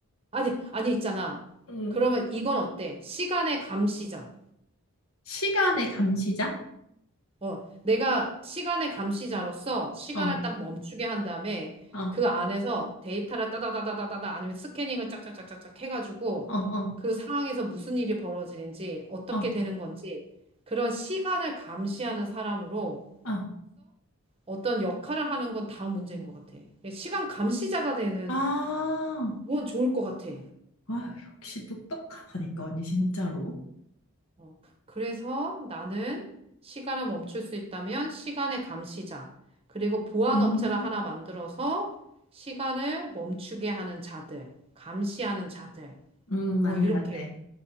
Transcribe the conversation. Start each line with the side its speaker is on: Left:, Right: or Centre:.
Right: 아니, 아니, 있잖아.
Left: 응.
Right: 그러면 이건 어때? 시간의 감시자.
Left: 시간의 감시자?
Right: 어, 내가 시간의 감시자로서 시간을
Left: 어, 어,
Right: 딱 멈추게 한 다음에
Left: 어,
Right: 그 안에서 데이터를 따다다다다다다 아니면 스캐닝을 짝짝짝짝짝 해가지고
Left: 어,
Right: 그 상황에서 무슨 일이 벌어지는지 어떻게
Left: 어,
Right: 되는 건지 그런 시간을 감시하는 사람으로서
Left: 어.
Right: 어떤 역할을 하는 건 다 문제인 것 같아. 시간 감시자가 되는
Left: 아,
Right: 건 좋을 것 같아.
Left: 아유, 역시 똑똑하다니까, 언니, 진짜로.
Right: 어, 그래서 나는 시간을 멈출 수 있다면 시간의 감시자, 그리고 보안
Left: 음,
Right: 업체를 하나 만들어서 시간을 멈추게 하는 자들, 감시하는 자들,
Left: 음,
Right: 뭐
Left: 맞네,
Right: 이렇게,
Left: 맞네.